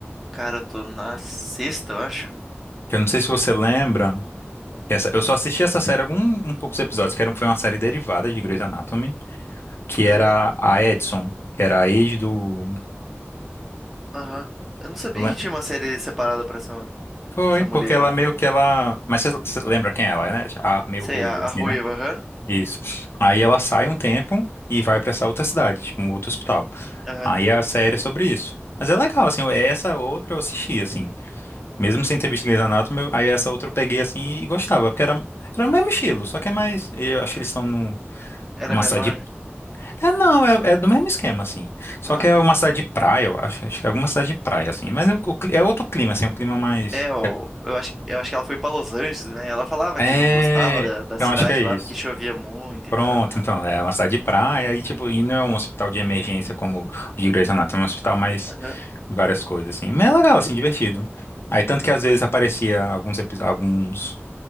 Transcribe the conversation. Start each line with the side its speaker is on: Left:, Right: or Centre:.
Centre: Cara, eu tô na sexta, eu acho.
Left: Que eu não sei se você lembra. que Essa, eu só assisti essa série algum um poucos episódios, que era, um, foi uma série derivada de Grey's Anatomy, que
Centre: Ah,
Left: era
Centre: é?
Left: a Edson, que era a ex do.
Centre: Aham. Eu não sabia
Left: do Lan-
Centre: que tinha uma série separada pra essa,
Left: Foi,
Centre: essa mulher,
Left: porque ela
Centre: hein?
Left: meio que ela. Mas você você lembra quem ela é, né? A, meio
Centre: Sei,
Left: ruiva,
Centre: a,
Left: assim,
Centre: a Ruiva,
Left: né?
Centre: aham.
Left: Isso. Aí ela sai um tempo e vai pra essa outra cidade, tipo, um outro hospital.
Centre: Aham.
Left: Aí a série é sobre isso. Mas é legal, assim, é essa outra eu assisti, assim. Mesmo sem ter visto Grey's Anatomy, eu- aí essa outra eu peguei, assim, e gostava, porque era, era o mesmo estilo, só que é mais. Eu acho que eles estão num-
Centre: Ela
Left: numa
Centre: é menor.
Left: cidade. É, não, é, é do mesmo esquema, assim. Só
Centre: Aham.
Left: que é uma cidade de praia, eu acho, acho que é alguma cidade de praia, assim. Mas é, o- o cli- é outro clima, assim, um clima mais.
Centre: É, eu, eu acho, eu acho que ela foi pra Los Angeles, né? Ela falava
Left: É.
Centre: que não gostava da,
Left: é,
Centre: da
Left: Eu
Centre: cidade
Left: acho que é isso.
Centre: lá porque chovia muito
Left: Pronto,
Centre: e tal. Aham,
Left: então, é uma cidade de praia e, tipo, e não é um hospital de emergência como o de Grey's Anatomy, é um hospital mais
Centre: aham,
Left: várias coisas, assim. Mas é legal, assim, divertido. Aí, tanto que às vezes aparecia alguns, epi- alguns